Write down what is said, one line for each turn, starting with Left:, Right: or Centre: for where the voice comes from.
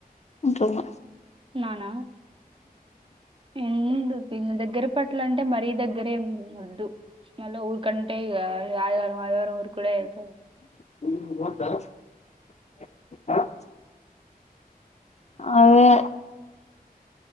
Left: అంటున్న.
Right: నానా ఏంముండు ఏందో దగ్గర పట్ల మరి దగ్గ్ దగ్గరే ఉంది మరి. టు మళ్ళ ఊరుకంటే ఇగ ఆదివారం ఆదివారం వురుకుడే ఐపోయే
Left: <unintelligible> అదే